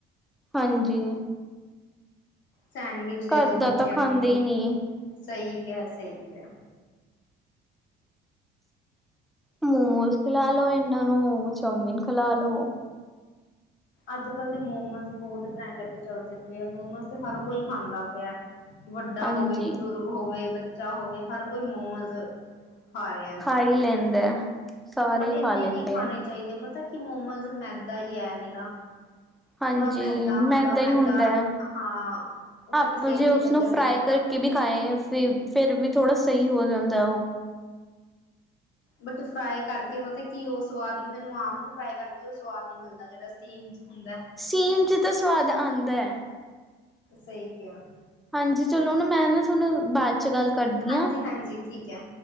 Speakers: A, in the centre; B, on the left.
A: ਹਾਂਜੀ
B: ਸੈਂਡਵਿਚ ਦੇ
A: ਘਰ
B: ਦੋ
A: ਦਾ
B: ਬੱਚਿਆਂ
A: ਤਾਂ ਖਾਂਦੇ
B: ਨੂੰ
A: ਹੀ ਨਹੀਂ
B: ਸਹੀ ਕਿਹਾ ਸਹੀ ਕਿਹਾ
A: ਮੋਮੋਜ ਖਲਾਲੋ ਇਹਨਾਂ ਨੂੰ ਚਊਮੀਨ ਖਲਾਲੋ।
B: ਅੱਜ-ਕੱਲ੍ਹ ਦੇ ਮੋਮੋਜ ਬਹੁਤ ਟਰੈਂਡ ਤੇ ਚੱਲਦੇ ਪਏ ਹੈ ਮੋਮੋਜ ਤੇ ਹਰ ਕੋਈ ਖਾਂਦਾ ਪਿਆ। ਵੱਡਾ
A: ਹਾਂਜੀ
B: ਹੋਵੇ, ਬਜ਼ੁਰਗ ਹੋਵੇ, ਬੱਚਾ ਹੋਵੇ ਹਰ ਕੋਈ ਮੋਮਜ਼ ਖਾ ਰਿਆ,
A: ਹੀ ਲੈਂਦਾ ਸਾਰੇ
B: ਬਟ
A: ਹੀ
B: ਇੰਨੇ
A: ਖਾ ਲੈਂਦੇ
B: ਨੀ ਖਾਣੇ
A: ਆ
B: ਚਾਈਦੇ ਪਤਾ ਕਿ ਮੋਮੋਜ਼ ਮੈਦਾ ਈ ਐ ਨਿਰਾ।
A: ਹਾਂਜੀ
B: ਪੂਰਾ ਮੈਦਾ ਹੁੰਦਾ
A: ਮੈਂਦਾਂ
B: ਮੈਦਾ
A: ਈ ਹੁੰਦਾ ਐ,
B: ਹਾਂ ਉਹ ਸਾਡੀ
A: ਆਪਾ
B: ਸਿਹਤ
A: ਜੇ ਉਸਨੂੰ
B: ਲਈ ਵਧੀਆ
A: ਫਰਾਈ
B: ਨਹੀਂ ਹੁੰਦਾ।
A: ਕਰਕੇ ਕੇ ਵੀ ਖਾਏ ਫਿਰ-ਫਿਰ ਵੀ ਥੋੜ੍ਹਾ ਸਈ ਹੋ ਜਾਂਦਾ ਓ
B: ਬਟ ਫਰਾਈ ਕਰਕੇ ਮਤਾਬ ਕੀ ਓ ਸਵਾਦ ਨੀ ਮੈਨੂੰ ਆਪ ਨੂੰ ਫਰਾਈ ਕਰਕੇ ਓ ਸਵਾਦ ਨ ਮਿਲਣਾ ਜਿਹੜਾ ਸਟੀਮ ਚ ਹੁੰਦਾਐ
A: ਸੀਮ ਚ ਤਾਂ ਸਵਾਦ ਆਦਾ ਐ
B: ਸਹੀ ਕਿਹਾਆ।
A: ਹਾਂਜੀ ਚਲੋ ਨਾ ਮੈਂ ਨਾ ਥੋਨੂੰ ਬਾਦ ਚ ਗੱਲ ਕਰਦੀ
B: ਹਾਂਜੀ-ਹਾਂਜੀ
A: ਆ
B: ਠੀਕ ਹੈ